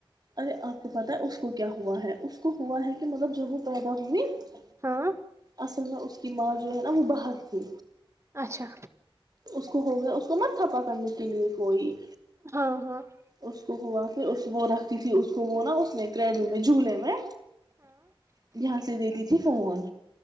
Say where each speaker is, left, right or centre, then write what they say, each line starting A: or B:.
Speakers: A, on the right; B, on the right.
A: ارے آپ کو پتا ہے اس کو کیا ہوا ہے اس کو ہوا ہے کہ مطلب جب وہ <unintelligible> پیدا ہوئے <unintelligible>
B: ہاں <unintelligible>
A: اصل اس <unintelligible> کی ماں جو ہے نا وہ باہر تھی
B: اچھا
A: اس کو ہو گیا اس کو مت تھپا کرنے کے لیے کوئی
B: ہاں ہاں <unintelligible>
A: اس ہوا پھر وہ رکھتی تھی اس کو وہ نا اس نے کریڈٹ میں <unintelligible> جنےے میں <unintelligible> یہاں سے دیتی تھی فون